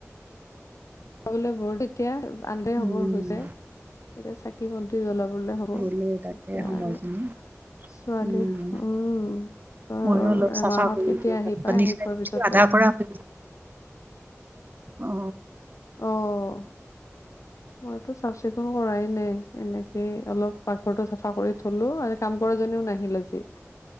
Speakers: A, on the left; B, on the right.
A: শুবলৈ বৰ দিগদাৰ আন্ধাৰ হ'বৰ
B: উম
A: হৈছে। এতিয়া চাকি-বন্তি জ্বলাব বলে হ'ব,
B: গ'লেই তাকে
A: এতিয়া
B: সময়খিনি
A: আৰু ছোৱালী
B: উম
A: উম' এমাহত
B: ময়ো অলপ চাফা কৰিলো
A: কেতিয়া আহি
B: ভাত পানী
A: পাই আহি
B: খাই
A: পোৱাৰ
B: উঠি
A: পিছত
B: আধা
A: আৰু
B: কৰা হৈ গ'ল। অ
A: অ'। মইতো চাফ চিকুণ কৰাই নাই এনেকে। এ অলপ পাকঘৰটো চাফা কৰি থলো। আজি কাম কৰা জনীও নাহিল আজি।